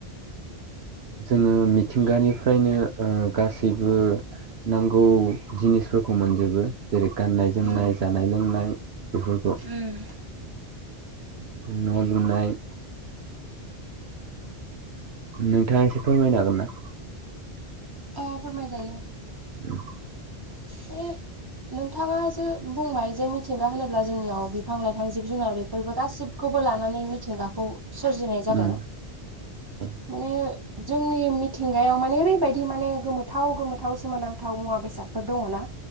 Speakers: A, on the right (about 70°); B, on the right (about 20°).
A: जोङो मिथिंगानिफ्रायनो गासैबो नांगौ जिनिसफोरखौ मोन जबो जेरै गाननाय जोमनाय
B: उम
A: जानाय लोंनाय बेफोरखौ।
B: उम
A: न' लुनाय। नोंथाङा एसे फोरमायनो हागोन ना।
B: अ फोरमाय जायो।
A: <inaudible>
B: <inaudible> नोंथाङा जो बुंबाय जे मिथिंगा होनोब्ला जोंनियाव बिफां लाइफां जिब जुनार बेफोरबो गासिबो खौबो लानानै मिथिंगाखौ सोरजिनाय जादों।
A: उम <inaudible>
B: माने जोंनि मिथिंगायाव माने ओरैबायदि माने गोमोथाव गोमोथाव सोमोनांथाव मुवा बेसाद दङ ना